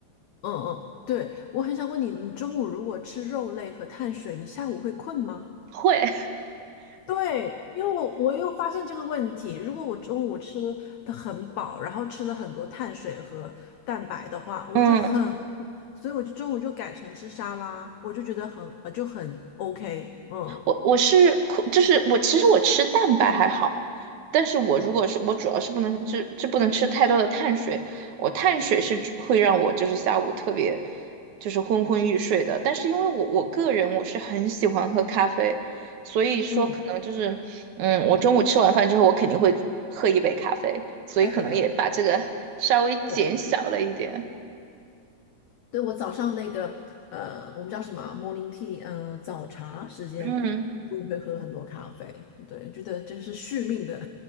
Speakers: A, on the left; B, on the right.
A: 嗯，对，我很想问你，你中午如果吃肉类和碳水，你下午会困吗？
B: 会，
A: 对，因为我我又发现这个问题，如果我中午吃的很饱，然后吃了很多碳水和蛋白的话，我就很，
B: <laughs> 嗯。
A: 所以我就中午就改成吃沙拉，我就觉得很呃就很 OK，嗯
B: 我我是苦就是我其实我吃蛋白还好，但是我如果是我主要是不能就就不能吃太多的碳水，我碳水是只会让我就是下午特别就是昏昏欲睡的，但是因为我我个人我是很喜欢喝咖啡，所以说可能就是嗯，
A: 嗯，
B: 我中午吃完饭之后我肯定会喝一杯咖啡，所以可能也把这个
A: 爱喝咖啡。
B: <laughs> 稍微减小了一点，
A: 对，对，我早上那个呃，我们叫什么啊 morning tea，嗯、早茶时间，
B: 嗯。
A: 我会喝很多咖啡。对，觉得这是续命的